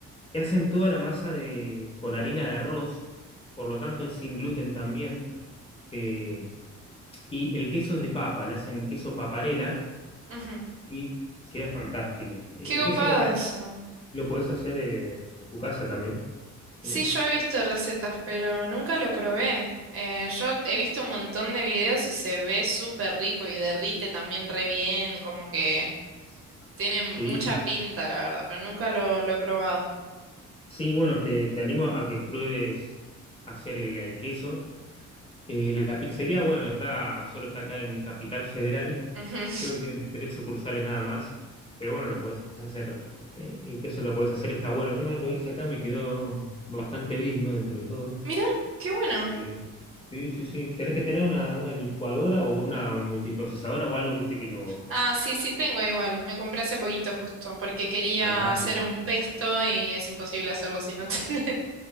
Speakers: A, on the left; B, on the right.
A: que hacen toda la masa de, con harina de arroz, por lo tanto es sin gluten también, eh, y el queso es de papa, le hacen queso paparela
B: Ujú.
A: y queda fantástico. Eh,
B: Qué copado
A: El queso paparela
B: eso.
A: lo podés hacer eh, en tu casa también. Eh,
B: Sí, yo he visto recetas, pero nunca lo probé. Eh, yo he visto un montón de videos y se ve súper rico y derrite también re bien, como que tiene mucha
A: sí,
B: pinta, la verdad, pero nunca lo, lo he probado.
A: sí, bueno, te, te animo a que pruebes hacer el, el queso. Eh, la pizzería, bueno, está, solo está acá en Capital Federal.
B: Ujú. <laughs>
A: Creo que tienen tres sucursales nada más. Pero bueno, lo podés hacer. eh, el queso lo podés hacer, está bueno. Yo una vez lo hice acá, me quedó bastante digno dentro de todo.
B: Mira, qué bueno.
A: Eh, sí, sí, sí. Tenés que tener una, una licuadora o una multiprocesadora o algo, viste, que lo.
B: Ah, sí, sí, tengo igual. Me compré hace poquito justo porque quería
A: Fantástico.
B: hacer un pesto y es imposible hacerlo si no <laughs> tenés.